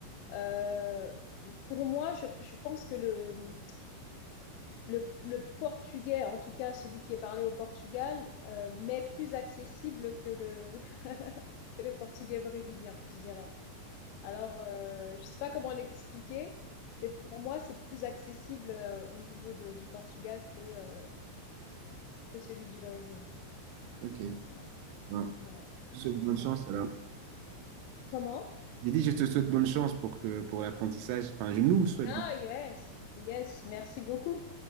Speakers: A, on the left; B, on the right.
A: Euh, pour moi, je, je pense que le, le, le portugais, en tout cas celui qui est parlé au Portugal, euh, m'est plus accessible que le, <laughs> que le portugais brésilien, je dirais. Alors, euh, je sais pas comment l'expliquer, mais pour moi, c'est plus accessible euh, au niveau de- du Portugal que, euh, que celui du Brésil.
B: Ok.
A: Voilà.
B: Bon,
A: Ouais,
B: je te souhaite bonne chance
A: ouais.
B: alors.
A: Ah, Comment?
B: J'ai dit, je te souhaite bonne chance pour que pour l'apprentissage. Enfin, je nous souhaite
A: Ah,
B: bonne chance.
A: yes, yes, merci beaucoup.